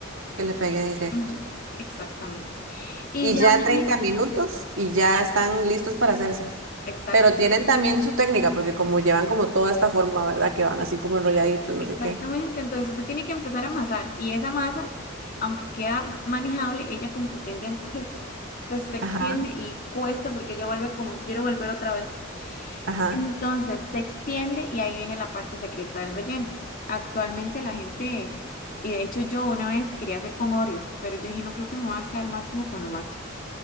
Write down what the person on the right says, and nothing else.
Que le pegué directo.
Y
ya
30 minutos y ya están listos para hacerse.
Pero tienen también su técnica, porque como llevan como toda esta forma, ¿verdad? Que van así como enrolladitos, no
sé qué.
Ajá,
ajá,